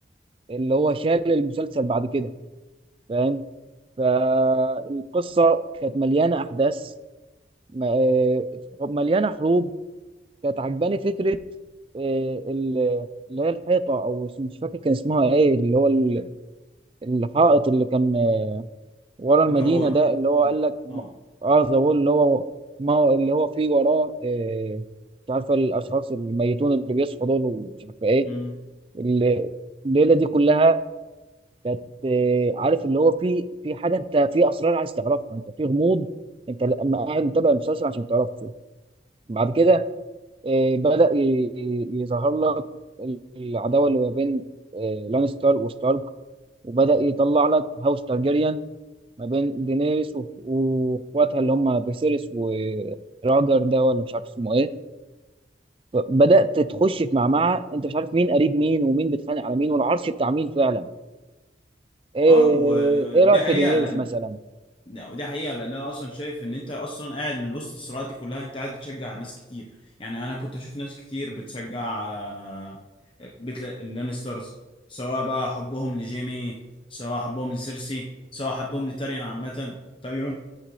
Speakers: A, on the right; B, on the left.
A: اللي هو شال المسلسل بعد كده فاهم فالقصه كانت مليانه احداث م- آه، مليانه حروب كانت عجباني فكرة آه، ال- اللي هي الحيطة أو اسم- مش فاكر كان اسمها إيه اللي هو ال- الحائط اللي كان آه، ورا المدينة
B: ده هو
A: ده اللي هو
B: لا.
A: قال لك م-
B: اه
A: اه ذا وول اللي هو ما هو- اللي هو فيه وراه آه، مش عارفة الأشخاص الميتون اللي بيصحوا دول ومش عارفة إيه
B: امم
A: ال- الليلة دي كلها كانت آه، عارف اللي هو فيه في حاجة أنت في أسرار عايز تعرفها أنت في غموض أنت لما قاعد متابع المسلسل عشان تعرفه بعد كده آه، بدأ ي- ي- يظهر لك العداوة اللي ما بين آه، لانستر وستارك وبدأ يطلع لك هاوس تارجيريان ما بين دينيريس و- واخواتها اللي هم فيسيريس وراجر ده ولا مش عارف اسمه ايه بدأت تخش في معمعة انت مش عارف مين قريب مين ومين بيتخانق على مين والعرش بتاع مين فعلا ايه,
B: اه ودي
A: إيه رأيك
B: حقيقة
A: في دينيريس
B: لأن
A: مثلا
B: لا، ودي حقيقة لأن أنا أصلا شايف إن أنت أصلا قاعد من وسط الصراعات دي كلها أنت قاعد بتشجع ناس كتير يعني أنا كنت أشوف ناس كتير بتشجع آه، بيت اللانسترز سواء بقى حبهم لجيمي سواء حبهم لسيرسي سواء حبهم لتاريان عامة تايرون